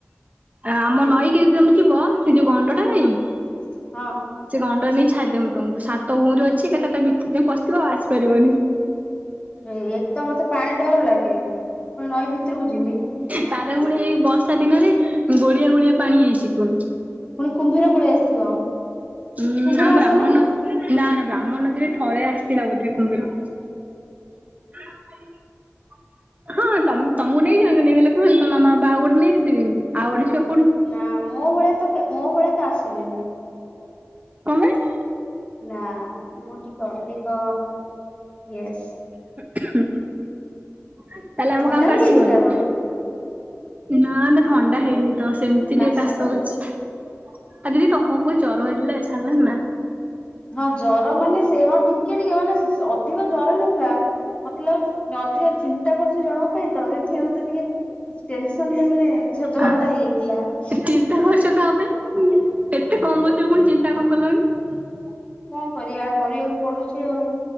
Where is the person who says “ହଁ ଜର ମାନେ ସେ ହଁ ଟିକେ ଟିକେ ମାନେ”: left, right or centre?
Left